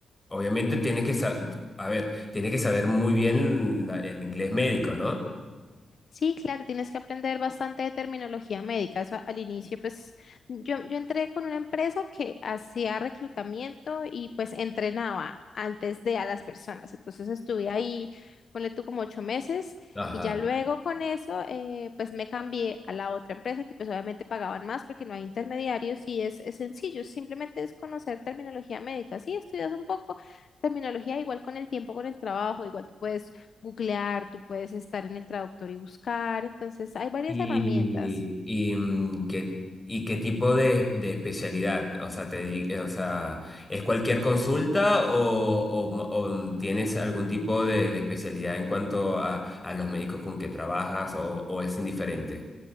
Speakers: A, on the left; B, on the left.
A: obviamente tienes que saber, a ver, tienes que saber muy bien la- el inglés médico, ¿no?
B: Sí, claro, tienes que aprender bastante de terminología médica. Eso al inicio, pues yo, yo entré con una empresa que hacía reclutamiento y pues entrenaba antes de a las personas. Entonces estuve ahí, ponle tú como ocho meses
A: Ajá.
B: y ya luego con eso, eh, pues me cambié a la otra empresa que pues obviamente pagaban más porque no hay intermediarios y es, es sencillo, simplemente es conocer terminología médica. Sí, estudias un poco terminología igual con el tiempo, con el trabajo, igual tú puedes googlear, tú puedes estar en el traductor y buscar, entonces hay varias
A: Y,
B: herramientas.
A: y, mm, ¿qué, y qué tipo de, de especialidad? O sea, te, di- eh, o sea, ¿es cualquier consulta o, o m- o, mm, tienes algún tipo de, de especialidad en cuanto a, a los médicos con que trabajas o, o es indiferente?